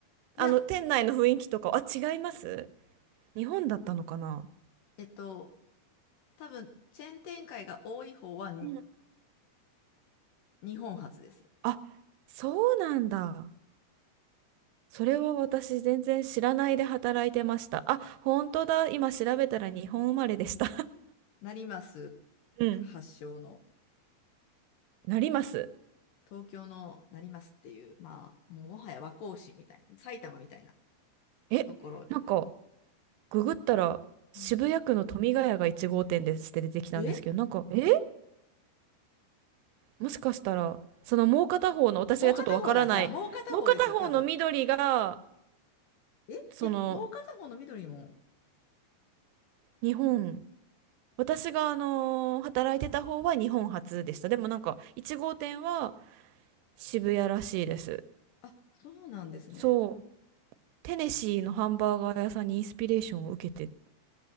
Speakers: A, on the left; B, on the right.
A: いや、
B: あの、店内の雰囲気とか、あ、違います日本だったのかな
A: えっと、多分、チェーン展開が多い方はに
B: うん
A: 日本発です。
B: あ、そうなんだ。それは私全然知らないで働いてました。あ、本当だ。今調べたら日本生まれでした。
A: 成増
B: <laughs> うん。
A: 発祥の
B: なります。
A: 東京の成増っていう、まあ、もうもはや和光市みたいな、埼玉みたいな
B: え、
A: ところになる。
B: なんか、ググったら渋谷区の富ヶ谷が1号店ですって出てきたんですけど、
A: うんえ
B: なんか、えーもしかしたら、そのもう片方の、私がちょっとわからない、
A: もう片方だ。じゃあ、もう片方ですよ、
B: もう片方の緑が、
A: 多分。えいや、
B: その、
A: もう片方の緑も。
B: 日本、私があのー働いてた方は日本初でした。でもなんか、1号店は渋谷らしいです。
A: あ、そうなんですね。
B: そう、テネシーのハンバーガー屋さんにインスピレーションを受けてっ